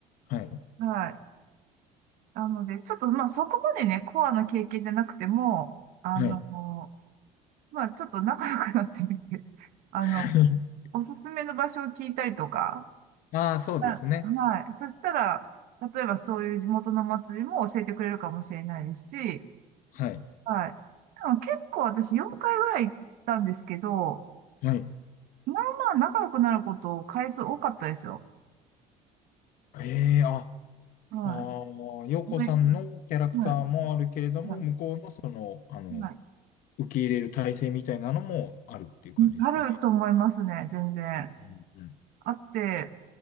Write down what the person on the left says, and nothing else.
はい。
はい。
<laughs>
ああ、そうですね。
はい。
はい。
ええあ、
ああ、洋子さんのキャラクターもあるけれども、
向こうのその、あの、
受け入れる体制みたいなのもあるっていう感じですかね。
うんうん。